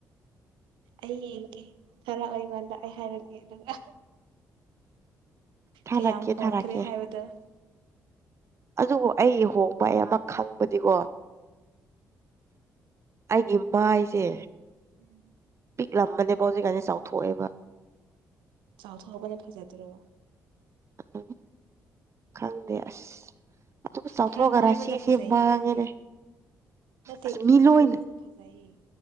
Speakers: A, on the right (about 65°); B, on the right (about 30°).
A: ꯑꯩ ꯌꯦꯡꯒꯦ ꯊꯥꯔꯛꯑꯣ ꯑꯩꯉꯣꯟꯗ ꯑꯩ ꯍꯥꯏꯔꯛꯀꯦ ꯑꯗꯨꯒ
B: ꯊꯥꯔꯛꯀꯦ
A: ꯀꯌꯥꯝ ꯍꯣꯡꯈ꯭ꯔꯦ
B: ꯊꯥꯔꯛꯀꯦ
A: ꯍꯥꯏꯕꯗ
B: ꯑꯗꯨꯕꯨ ꯑꯩ ꯍꯣꯡꯕ ꯑꯩ ꯑꯃ ꯈꯪꯕꯗꯤꯀꯣ ꯑꯩꯒꯤ ꯃꯥꯏꯁꯦ
A: ꯎꯝ <inaudible>
B: ꯄꯤꯛꯂꯝꯕꯅꯦꯕ ꯍꯧꯖꯤꯛꯀꯥꯟꯗꯤ ꯆꯥꯎꯊꯣꯛꯑꯦꯕ
A: ꯆꯥꯎꯊꯣꯛꯑꯕꯅ ꯐꯖꯗ꯭ꯔꯣ
B: ꯎꯝ ꯈꯪꯗꯦ ꯑꯥꯁ ꯑꯗꯨꯝ ꯆꯥꯎꯊꯣꯛꯑꯒꯔꯥ
A: ꯈꯔ ꯅꯣꯏꯕꯅ
B: ꯔꯥꯁꯤꯁꯦ
A: ꯐꯖꯩꯗ
B: ꯃꯥꯡꯉꯦꯅꯦ
A: ꯅꯪꯗꯤ ꯅꯠꯇꯦ
B: ꯑꯁ
A: ꯈꯔ
B: ꯃꯤ ꯂꯣꯏꯅ
A: ꯅꯣꯏꯕꯅ ꯐꯖꯩꯌꯦ